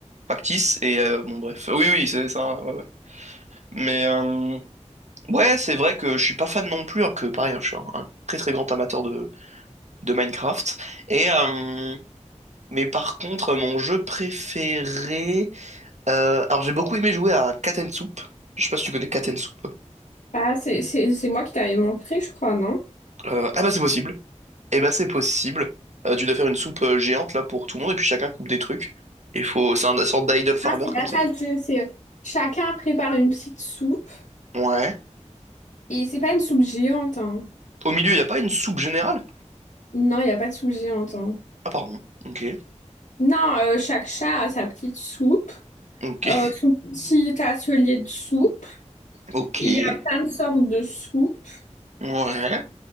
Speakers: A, on the right (about 70°); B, on the left (about 85°).
A: factice, et euh, bon, bref. Oui, oui, c'est ça, ouais, ouais. Mais, euh, ouais, c'est vrai que je suis pas fan non plus, alors que, pareil, hein, je suis un, un très très grand amateur de, de Minecraft. Et, euh, mais par contre, mon jeu préféré... euh, alors, j'ai beaucoup aimé jouer à Cat and Soup. Je sais pas si tu connais Cat and Soup.
B: Ah, c'est, c'est, c'est moi qui t'avais montré, je crois, non?
A: Euh, ah bah, c'est possible. Eh bah, c'est possible. Euh, tu dois faire une soupe euh, géante, là, pour tout le monde, et puis chacun coupe des trucs. Il faut... C'est un- une sorte d'idle farmer,
B: Ah, c'est pas
A: comme ça.
B: ça le gin, c'est chacun prépare une petite soupe.
A: Ouais.
B: Et c'est pas une soupe géante, hein.
A: Au milieu, il n'y a pas une soupe générale?
B: Non, il n'y a pas de soupe géante, hein.
A: Ah, pardon. Ok.
B: Non, euh, chaque chat a sa petite soupe,
A: Ok.
B: euh,
A: <laughs>
B: son petit atelier de soupe.
A: Ok.
B: Et il y a plein de sortes de soupes.
A: Ouais.